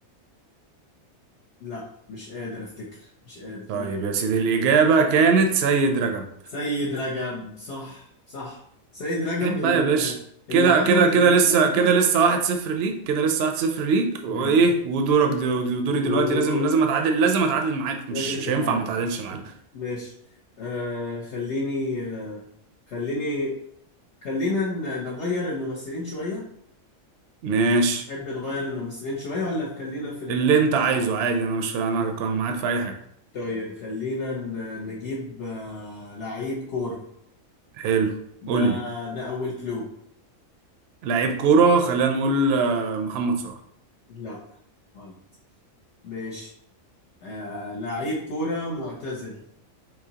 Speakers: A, on the left; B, on the right.
A: لا مش قادر أفتكر مش قادر
B: طيب
A: لا
B: يا سيدي الإجابة كانت سيد رجب
A: سيد رجب صح صح سيد رجب
B: عيب
A: ال-
B: بقى يا باشا
A: اللي
B: كده
A: عمل
B: كده كده
A: أنا
B: لسه
A: افتكرت
B: كده لسه واحد صفر ليك كده لسه واحد صفر ليك
A: آه
B: وإيه ودورك دل... ودوري دلوقتي
A: ودول
B: لازم لازم أتعادل لازم أتعادل معاك
A: لازم
B: مش مش
A: تتعاد
B: هينفع ما أتعادلش معاك
A: ماشي آه خليني آه خليني خلينا ن- نغير الممثلين شوية
B: ماشي
A: تحب نغير الممثلين شوية ولا خلينا في ال...
B: اللي أنت عايزه عادي أنا مش أنا كان معاك في أي حاجة
A: طيب خلينا ن- نجيب آه، لعيب كورة
B: حلو
A: ده
B: قول لي
A: ده أول كلو
B: لعيب كورة خلينا نقول آه، محمد صلاح
A: لا غلط ماشي آه لعيب كورة معتزل